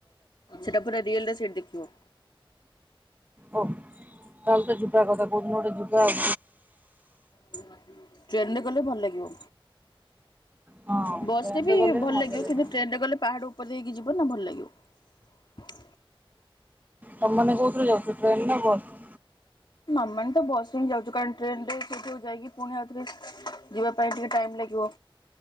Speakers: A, on the left; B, on the right.
A: ସେଟା ପୁରା ରିଏଲେ ଦେଖିବ।
B: ଓ। ତାହେଲେ ତ ଯିବା କଥା <unintelligible>
A: ଟ୍ରେନରେ ଗଲେ ଭଲ ଲାଗିବ।
B: ହଁ
A: ବସଟେ
B: ଟ୍ରେନରେ
A: ବି
B: ଗଲେ
A: ଭଲ
B: ମଜା
A: ଲାଗିବ
B: ଲାଗେ
A: କିନ୍ତୁ ଟ୍ରେନରେ ଗଲେ ପାହାଡ ଉପରେ ହେଇକି ଯିବ ନା ଭଲ ଲାଗିବ।
B: ତମାନୋନେ କୋଉଥିରୁ ଯାଉଛୁ ଟ୍ରେନ ନାଁ ବସ?
A: ମାମାନ ତ ବସ ରେ ହିଁ ଯାଉଛ କାରଣ ଟ୍ରେନରେ ସେଇଠକୁ ଯାଇକି ପୁଣି ଆଉରେ ଯିବା ପାଇଁ ଟିକେ ଟାଇମ ଲାଗିବ